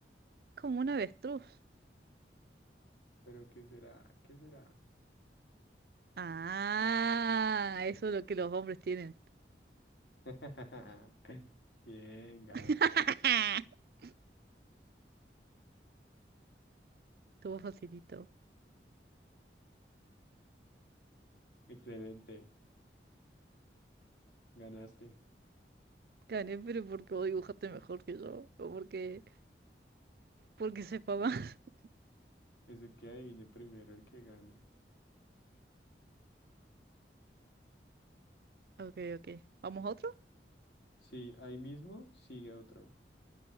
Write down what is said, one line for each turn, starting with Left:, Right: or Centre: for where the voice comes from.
Right: Como un avestruz.
Left: Pero ¿qué será? ¿Qué será?
Right: Ah, eso es lo que los hombres tienen.
Left: <laughs> Bien, ganso.
Right: <laughs> Estuvo facilito.
Left: Excelente. Ganaste.
Right: Gané, pero porque vos dibujaste mejor que yo. O porque, porque sepa más. <laughs>
Left: Es el que adivine primero el que gana.
Right: Ok, ok. ¿Vamos a otro?
Left: Sí, ahí mismo sigue otro.